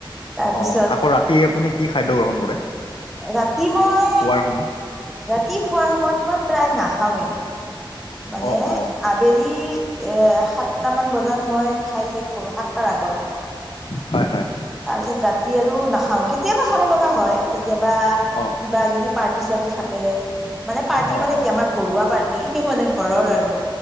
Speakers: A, in the centre; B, on the left.
A: তাৰপিছত
B: অ', আকৌ ৰাতি আপুনি কি খাদ্য গ্ৰহণ কৰে?
A: ৰাতি মই,
B: শোৱাৰ সময়ত
A: ৰাতি শোৱাৰ সময়ত মই প্ৰায় নাখাওঁৱেই। মানে
B: অ অ
A: আবেলি এ সাতটামান বজাত মই খাই শেষ কৰো সাত তাৰ আগত
B: হয় হয়
A: তাৰপিছত ৰাতি আৰু নাখাওঁ কেতিয়াবা খাব লগা হয়। যোবা
B: অ
A: কিবা যদি পাৰ্টি - চাৰ্টি থাকে মানে পাৰ্টি
B: অ
A: মানে
B: অ
A: কি আমাৰ ঘৰুৱা পাৰ্টি। মানে ঘৰৰ আৰু